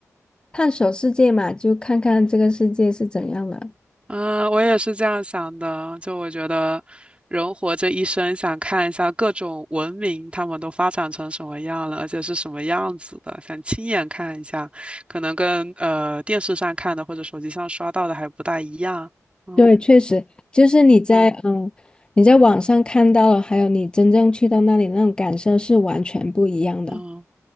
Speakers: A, on the left; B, on the right.
A: 探索世界嘛，就看看这个世界是怎样的。
B: 嗯，我也是这样想的。就我觉得，人活这一生，想看一下各种文明他们都发展成什么样了，而且是什么样子的，想亲眼看一下，可能跟呃电视上看的或者手机上刷到的还不大一样。嗯
A: 对，确实，就是你在嗯，
B: 嗯
A: 你在网上看到了，还有你真正去到那里那种感受是完全不一样的。
B: 嗯。